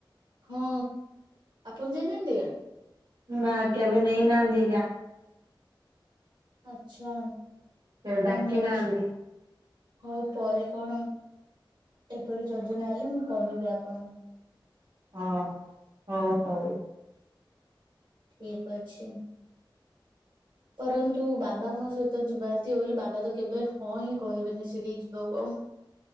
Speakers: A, on the right; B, on the right.
A: ହଁ ଆପଣ ଯାଇନାହାନ୍ତି କି?
B: ନା କେବେ ନେଇ ନାହାନ୍ତି ଏକା
A: ଆଚଛା
B: କେବେ
A: ହଉ
B: ଡାକି
A: ନେକ୍ସଟ
B: ନାହାନ୍ତି
A: ହଉ ପରେ କଣ ଏପରି ଯୋଜନା ହେଲେ ମୁଁ କହିବି ଆପଣଙ୍କୁ।
B: ହଉ ହଉ ହଉ।
A: ଠିକ ଅଛି। ପରନ୍ତୁ ବାବାଙ୍କ ସହିତ ଯିବାର ଥିବ ବ ବାବା ତ କେବେ ହଁ ହିଁ କହିବେନି ସେଠିକି ଯିବାକୁ କଣ